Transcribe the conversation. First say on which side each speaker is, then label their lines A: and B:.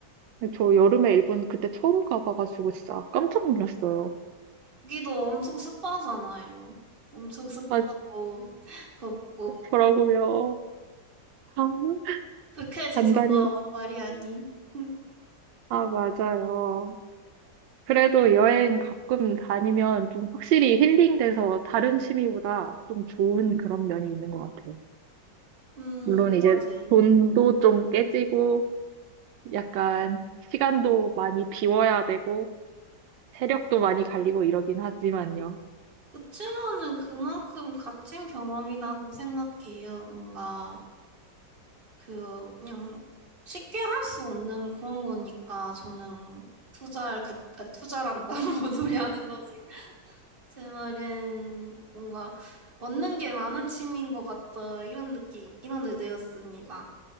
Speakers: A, on the right; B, on the right.
A: 근데 저 여름에 일본 그때 처음 가봐가지고 진짜 깜짝 놀랐어요.
B: 거기도 엄청 습하잖아요. 엄청 습하고,
A: 아,
B: <laughs> 덥고,
A: 그렇더라고요. 아, <laughs>
B: 불쾌지수가
A: 단단히
B: 말이 아닌. <laughs>
A: 아, 맞아요. 그래도 여행 가끔 다니면 좀 확실히 힐링돼서 다른 취미보다 좀 좋은 그런 면이 있는 것 같아요.
B: 음,
A: 물론 이제
B: 맞아요.
A: 돈도 좀 깨지고 약간 시간도 많이 비워야 되고 체력도 많이 갈리고 이러긴 하지만요.
B: 그치만은 그만큼 값진 경험이라고 생각해요. 뭔가 그 그냥 쉽게 할 수 없는 그런 거니까 저는 투자를 가, 아, 투자란다 <laughs> 뭔 소리 하는 거지. 제 말은 뭔가 얻는 게 많은 취미인 것 같다 이런 느낌 이런 의도였습니다.